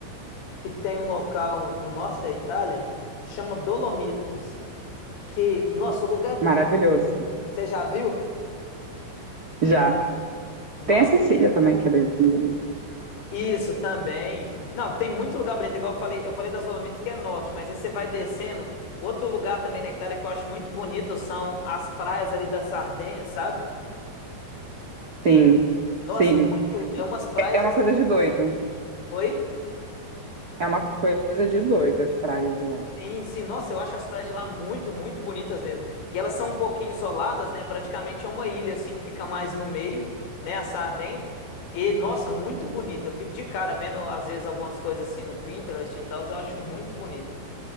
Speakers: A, on the left; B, on the right.
A: que tem um local no norte da Itália que chama Dolomitas, que, nossa, o lugar é bonito.
B: maravilhoso.
A: Você já viu?
B: Já.
A: Nossa,
B: Tem a Cecília também, que é bem bonita.
A: Isso também. Não, tem muito lugar bonito, igual eu falei, eu falei das Dolomitas que é norte, mas aí você vai descendo. Outro lugar também na Itália que eu acho muito bonito são as praias ali da Sardenha, sabe?
B: Sim,
A: Nossa,
B: sim.
A: muito, é umas praias
B: É é uma
A: assim,
B: coisa de
A: nossa.
B: doido.
A: Oi?
B: É uma coisa de doido as praias de lá.
A: Sim, sim, nossa, eu acho as praias de lá muito, muito bonitas mesmo. E elas são um pouquinho isoladas, né? Praticamente é uma ilha assim que fica mais no meio, né, a Sardenha. E nossa, muito bonito. Eu fico de cara vendo às vezes algumas coisas assim no Pinterest e tal, eu acho muito bonito.